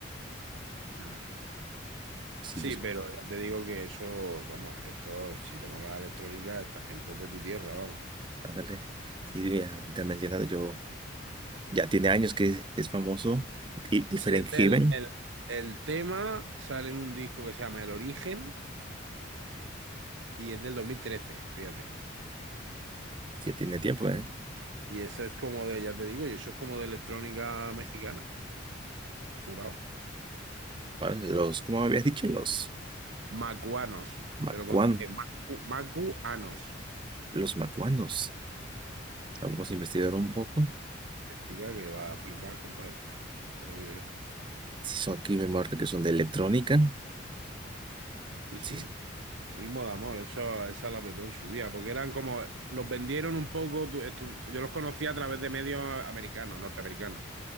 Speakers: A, on the right; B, on the right.
A: Mm.
B: Sí,
A: Sí,
B: yo,
A: pero ya te digo que eso, vamos, esto, si te mola la electrónica, esta gente es de tu tierra, vamos.
B: ándale. Sí, mira, te he mencionado yo, ya tiene años que es, es famoso. Y Different
A: Sí, es
B: Heaven,
A: del, el, el tema sale en un disco que se llama El Origen y es del dos mil trece fíjate.
B: ya tiene tiempo, ¿eh?
A: Y eso es como de, ya te digo, y eso es como de electrónica mexicana, jurado.
B: Vale, los, ¿cómo me habías dicho? Los
A: Macuanos,
B: macuan,
A: pero con C, Macu- Macuanos.
B: los macuanos. Vamos a investigar un poco.
A: Investiga que va a flipar, compadre, te lo digo yo.
B: Si son aquí, me marca que son de electrónica.
A: Sí, sí.
B: Sí,
A: Ritmo de amor, eso, esa la petó en su día, porque eran como, los vendieron un poco, tú- estu- yo los conocí a través de medios americanos, norteamericanos,